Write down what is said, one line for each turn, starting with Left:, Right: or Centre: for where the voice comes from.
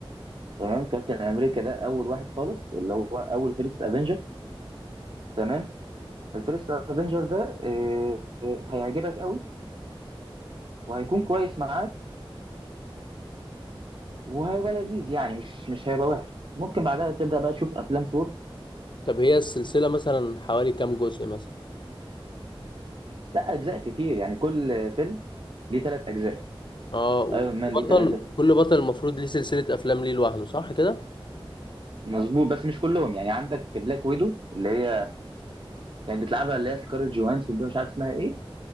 Right: تمام كابتن امريكا ده اول واحد خالص اللي هو اول فيرست افنجر تمام الفيرست افنجر ده آه، آه، هيعجبك قوي وهيكون كويس معاك وهيبقى لذيذ يعني مش مش هيبقى وحش ممكن بعدها تبدا بقى تشوف افلام ثور
Left: طب هي السلسله مثلا حوالي كام جزء مثلا
Right: لا اجزاء كتير يعني كل فيلم ليه ثلاث اجزاء
Left: اه وكل
Right: ايرون مان ليه
Left: بطل
Right: ثلاثه
Left: كل بطل المفروض ليه سلسله افلام ليه لوحده صح كده
Right: مظبوط بس مش كلهم يعني عندك بلاك ويدو اللي هي كانت بتلعبها اللي هي سكارلت جوهانسون دي مش عارف اسمها ايه